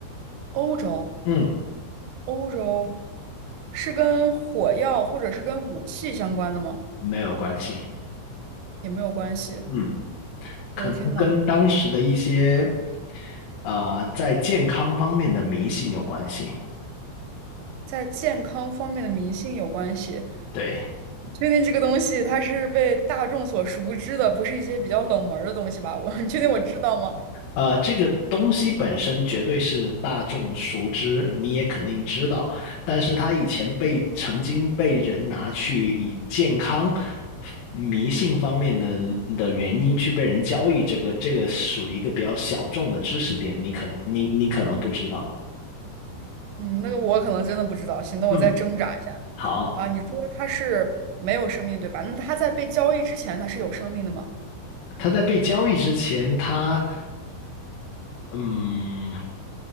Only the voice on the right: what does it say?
欧洲？
欧洲是跟火药或者是跟武器相关的吗？
也没有关系。
我的天呐，
在健康方面的迷信有关系。
确定这个东西它是被大众所熟知的，不是一些比较冷门儿的东西吧？我 <laughs> 你确定我知道吗？
嗯，那个我可能真的不知道。行，那我再挣扎一下
啊。你说它是没有生命，对吧？那它在被交易之前，它是有生命的吗？